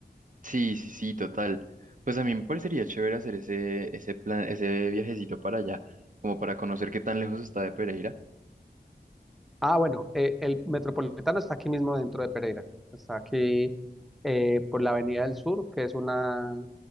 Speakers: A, on the right; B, in the centre.
A: Sí, sí, sí, total. Pues a mí me parecería chévere hacer ese, ese plan, ese viajecito para allá, como para conocer qué tan lejos está de Pereira.
B: Ah, bueno, eh, el Metropolitano está aquí mismo dentro de Pereira, está aquí eh, por la Avenida del Sur, que es una